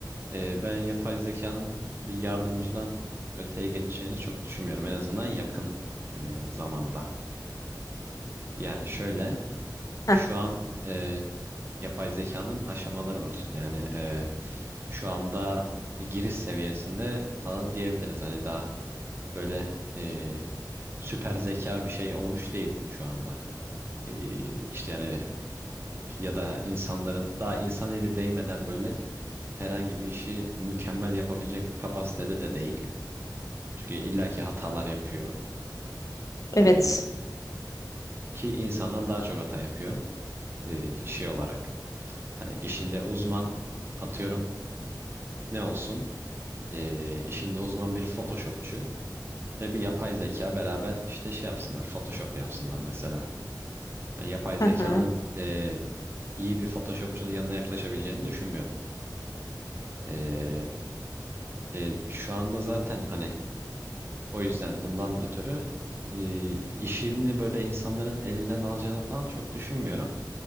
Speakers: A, on the right (about 30°); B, on the left (about 50°).
A: E, ben yapay zekanın bir yardımcıdan öteye geçeceğini çok düşünmüyorum en azından yakın e, zamanda. Yani şöyle.
B: Heh,
A: Şu an e, yapay zekanın aşamaları var. Yani e, şu anda giriş seviyesinde falan diyebiliriz. Hani daha böyle e, süper zeka bir şey olmuş değil şu anda. E, işte yani ya da insanların daha insan eli değmeden böyle herhangi bir işi mükemmel yapabilecek bir kapasitede de değil. Çünkü illaki hatalar yapıyor.
B: evet.
A: E, ki insandan daha çok hata yapıyor e, şey olarak. Hani işinde uzman atıyorum ne olsun? e, işinde uzman bir Photoshopçu ve bir yapay zeka beraber işte şey yapsınlar, Photoshop yapsınlar mesela. Yani yapay zekanın
B: Hı hı.
A: e, iyi bir Photoshopçunun yanına yaklaşabileceğini düşünmüyorum. E, e, şu anda zaten hani o yüzden bundan ötürü e, işini böyle insanların elinden alacağını falan çok düşünmüyorum.